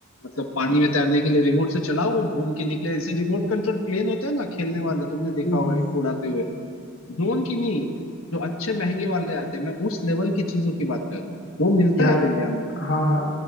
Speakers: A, on the left (about 75°); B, on the left (about 55°).
A: मतलब पानी में तैरने के लिए रिमोट से चलाओ वो घूम के निकले जैसे रिमोट कंट्रोल प्लेन होते हैं ना खेलने वाले तुमने देखा
B: हम्म
A: होगा
B: हम्म।
A: उड़ाते हुए ड्रोन की नहीं जो अच्छे महंगे वाले आते हैं मैं उस लेवल की चीजों की बात कर रहा हूँ वो मिलता
B: यार
A: है अब इंडिया में
B: हाँ हाँ